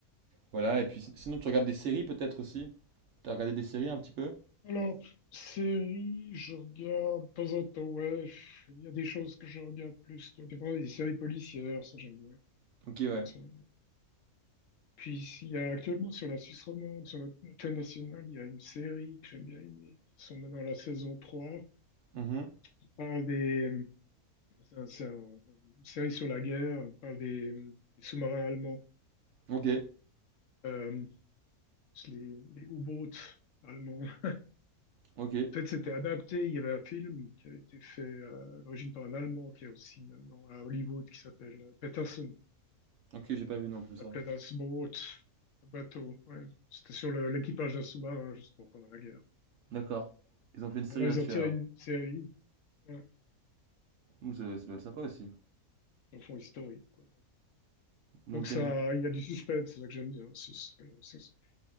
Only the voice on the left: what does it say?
Alors, série, je regarde de temps en temps, ouais, il y a des choses que je regarde plus. Des fois, des séries policières, ça j'aime
bien. Puis il y a actuellement sur la Suisse romande, sur notre notre chaîne nationale, il y a une série que j'aime bien aimer, qui sont maintenant à la saison 3
qui parle des... C'est un- c'est un- une série sur la guerre, qui parle des, des sous-marins allemands,
euh, les, les U-boats allemands. En
fait, c'était adapté, il y avait un film qui a été fait euh, à l'origine par un Allemand, qui est aussi maintenant à Hollywood, qui s'appelle euh, Peterson.
Ça
s'appelait Das Boot, le bateau. ouais. C'était sur le- l'équipage d'un sous-marin, justement, pendant la guerre.
Maintenant,
ils ont tiré
une série Ouais,
le fond historique, quoi.
Donc
ça,
il y a du suspense, c'est ça que j'aime bien aussi. c'est que- c'est-